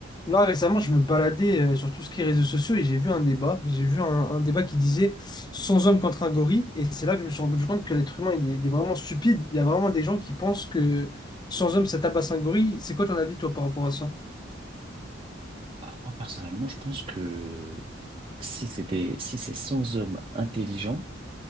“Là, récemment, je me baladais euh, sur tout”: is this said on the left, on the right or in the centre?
Left